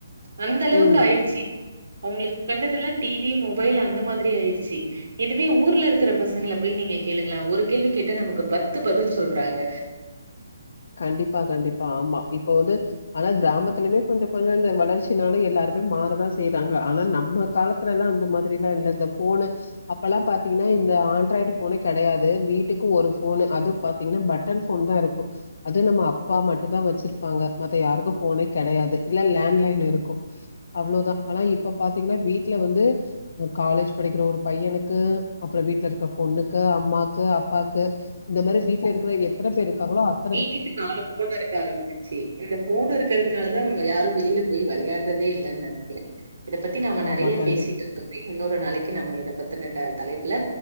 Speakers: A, on the right; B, on the left.
A: அந்த அளவுக்கு
B: ம்.
A: ஆயிடுச்சு அவங்களுக் கண்டதல்லா டிவி மொபைல் அந்த மாதிரி ஆயிடுச்சு இதுவே ஊர்ல இருக்கிற பசங்கள போய் நீங்க கேளுங்களே ஒரு கேள்வி கேட்ட நமக்கு பத்து பதில் சொல்றாங்க
B: கண்டிப்பா கண்டிப்பா ஆமா இப்ப வந்து ஆனா கிராமத்துலமே கொஞ்சோ கொஞ்சோ இந்த வளர்ச்சினால எல்லாருமே மாறதான் செய்யறாங்க ஆனா நம்ம காலத்துலலா அந்த மாதிரி எல்லா இல் இந்த போனு அப்ப எல்லா பாத்தீங்கன்னா இந்த ஆண்ட்ராய்டு போனே கிடையாது வீட்டுக்கு ஒரு போனு அது பாத்தீங்கன்னா பட்டன் போன் தான் இருக்கோ அது நம்ம அப்பா மட்டுத்தான் வச்சிருப்பாங்க மத்த யாருக்கு போனே கிடையாது இல்ல லேண்ட்லைன் இருக்கு அவ்ளோதான் ஆனா இப்ப பாத்தீங்கன்னா வீட்டுல வந்து காலேஜ் படிக்கிற ஒரு பையனுக்கு அப்பறோ வீட்ல இருக்கிற பொண்ணுக்கு அம்மாக்கு அப்பாக்கு இந்த மாதிரி வீட் வீட்ல இருக்கற எத்தனை பேர் இருக்காங்களோ அத்
A: வீட்டுக்கு நாலு போன் இருக்க ஆரம்பிச்சிச்சி இந்த போன் இருக்கிறதுனால தான் யாரும் வெளியபோய் விளையாடுறதே இல்லன்னு நெனைக்கிறே இத பத்தி நாம நெறைய
B: ஆமா, கண்டிப்பா.
A: பேசிட்டோ தோப்பி இன்னொரு நாளைக்கு நம்ம இதை பத்தின ட தலைப்புல